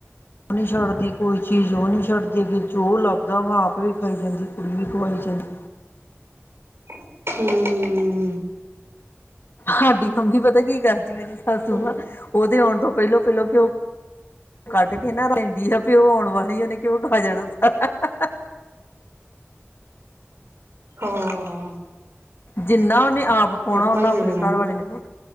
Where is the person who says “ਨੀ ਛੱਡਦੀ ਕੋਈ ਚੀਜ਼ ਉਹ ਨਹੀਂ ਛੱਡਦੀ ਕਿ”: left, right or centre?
Left